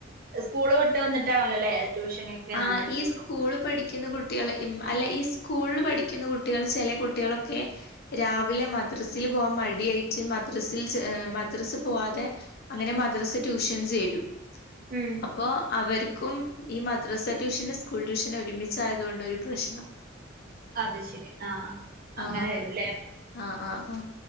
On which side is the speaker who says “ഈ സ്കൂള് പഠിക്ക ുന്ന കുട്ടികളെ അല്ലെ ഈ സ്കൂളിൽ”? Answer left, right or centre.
Left